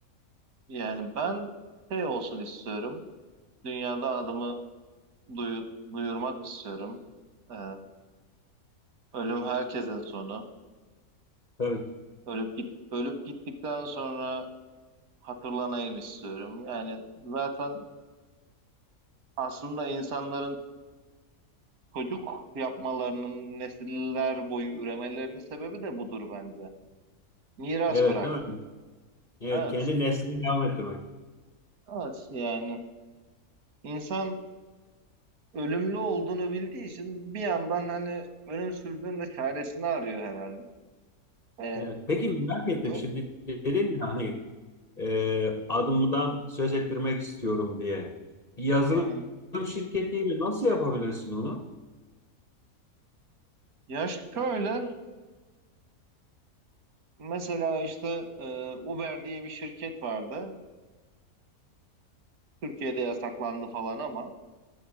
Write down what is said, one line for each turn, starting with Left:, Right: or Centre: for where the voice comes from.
Right: yani ben şey olsun istiyorum. Dünyada adımı duyu- duyurmak istiyorum. Ee, ölüm herkesin sonu.
Left: Tabii. ki.
Right: Ölüp git, ölüp gittikten sonra hatırlanayım istiyorum. Yani zaten aslında insanların çocuk yapmalarının nesiller boyu üremelerinin sebebi de budur bence. Miras
Left: Evet
Right: bırakmak.
Left: değil mi? Evet
Right: Evet.
Left: kendi neslini devam ettirmek.
Right: Evet yani insan ölümlü olduğunu bildiği için bir yandan hani ölümsüzlüğün de çaresini arıyor herhalde. Ve
Left: Evet. Peki merak ettim
Right: ö-
Left: şimdi dedin ya hani e, adımdan söz ettirmek istiyorum diye. Bir Yazılım
Right: yani
Left: şirketiyle nasıl yapabilirsin onu?
Right: ya şöyle Mesela işte e, Uber diye bir şirket vardı. Türkiye'de yasaklandı falan ama